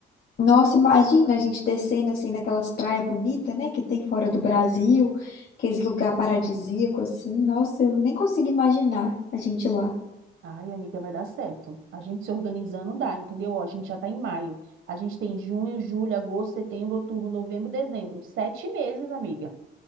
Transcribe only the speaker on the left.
Nossa, imagina a gente descendo assim naquelas praias bonitas, né, que tem fora do Brasil, aqueles lugar paradisíaco assim. Nossa, eu nem consigo imaginar a gente lá.